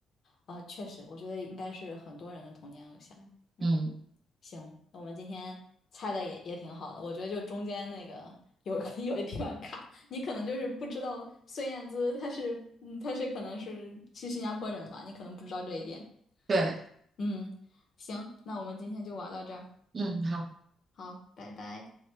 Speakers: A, on the left (about 55°); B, on the right (about 45°).
A: 啊，确实，我觉得应该是很多人的童年偶像。嗯，
B: 嗯，
A: 行，那我们今天猜的也也挺好的，我觉得就中间那个有 <laughs> 有一地方卡，你可能就是不知道孙燕姿她是，嗯，她是可能是去新加坡人吧，你可能不知道这一点。
B: 对，
A: 嗯，行，那我们今天就玩到这儿，
B: 嗯，好。
A: 好，拜拜。